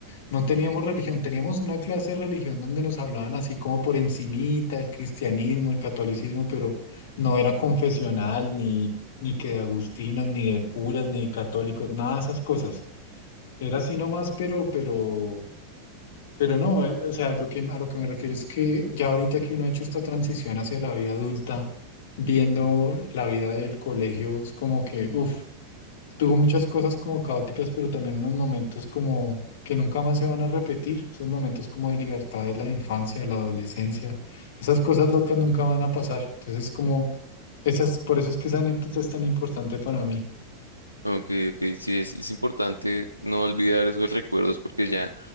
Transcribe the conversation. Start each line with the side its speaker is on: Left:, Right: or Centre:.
Left: no teníamos religión, teníamos una clase de religión donde nos hablaban así como por encimita, el cristianismo, el catolicismo, pero no era confesional, ni, ni que de agustinos, ni de curas, ni de católicos, nada de esas cosas. Era así nomás, pero, pero, pero no, eh, o sea, lo que, a lo que me refiero es que ya ahorita que uno ha hecho esta transición hacia la vida adulta, viendo la vida del colegio, es como que, uff. Tuvo muchas cosas como caóticas, pero también unos momentos como que nunca más se van a repetir. Esos momentos como de libertad de la infancia, de la adolescencia. Esas cosas locas nunca van a pasar. Entonces, como esas, por eso es que esa anécdota es tan importante para mí.
Right: Ok, ok, sí, es, es importante no olvidar esos recuerdos porque ya